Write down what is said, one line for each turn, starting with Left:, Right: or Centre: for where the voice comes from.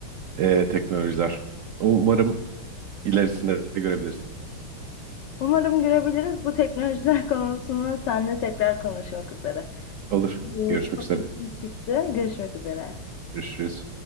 Right: e, teknolojiler. Umarım ilerisinde de görebiliriz.
Left: Umarım görebiliriz. Bu teknolojiler <laughs> konusunda seninle tekrar konuşmak üzere.
Right: Olur.
Left: Bir ufak
Right: Görüşmek üzere.
Left: işim çıktı. Görüşmek üzere.
Right: Görüşürüz.